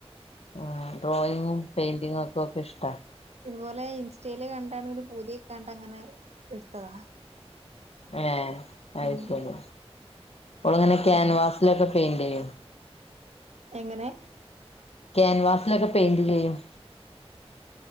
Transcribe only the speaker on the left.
ആ ഡ്രോയിങ്ങും പെയിന്റിങ്ങും ഒക്കും ഒക്കെ ഇഷ്ട
ആ അയ്ശേരി
ഓളങ്ങനെ ക്യാൻവാസിലൊക്കെ
പെയിന്റ് ചെയ്യും
ക്യാൻവാസിലൊക്കെ പെയിന്റ് ചെയ്യും